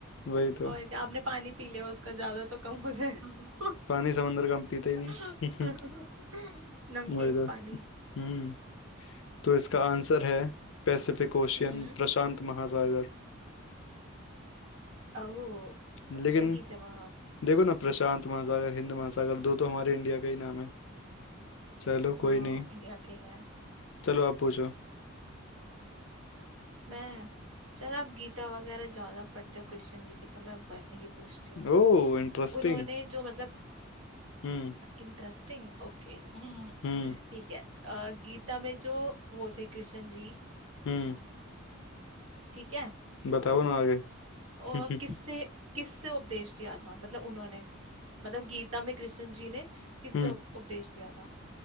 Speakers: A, on the left; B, on the right.
A: वही तो
B: और क्या आपने पानी पी लिया उसका ज्यादा तो कम हो जाएगा
A: पानी समंदर का हम पीते ही नहीं
B: <laughs>
A: <laughs>
B: नमकीन
A: वही तो
B: पानी
A: हम्म तो इसका आंसर है पैसिफिक ओशियन
B: हम्म
A: प्रशांत महासागर
B: ओ तो
A: लेकिन
B: सही जवाब
A: देखो ना प्रशांत महासागर हिंद महासागर दो तो हमारे इंडिया का ही नाम है चलो
B: हाँ
A: कोई नहीं
B: इंडिया के ही है
A: चलो आप पूछो
B: मैं चल आप गीता वगैरह ज्यादा पढ़ते हो कृष्ण जी की तो मैं वही पूछती हूँ
A: ओ इंटरेस्टिंग
B: उन्होंने जो मतलब
A: हम्म
B: इंटरेस्टिंग ओके <laughs>
A: हम्म
B: ठीक है अ, गीता में जो वो थे कृष्ण जी
A: हम्म
B: ठीक है
A: बताओ ना आगे
B: और
A: <laughs>
B: किससे किससे उपदेश दिया था मतलब उन्होंने मतलब गीता में कृष्ण जी ने किससे
A: हम्म
B: उप- उपदेश दिया था